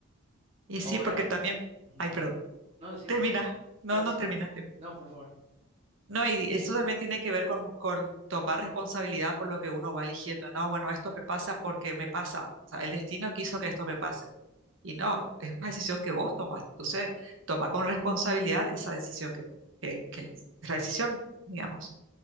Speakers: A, on the right; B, on the right.
A: Y
B: Ahora,
A: sí, porque también.
B: ujú,
A: Ay, perdón.
B: no, decime,
A: Termina.
B: decime,
A: No,
B: no, decime,
A: no terminaste.
B: no, por favor.
A: No, y eso también tiene que ver con, con tomar responsabilidad por lo que uno va eligiendo. No, bueno, esto me pasa porque me pasa. O sea, el destino quiso que esto me pase. Y no, es una decisión que vos tomaste. Entonces, toma con responsabilidad esa decisión que, to- que, que la decisión, digamos.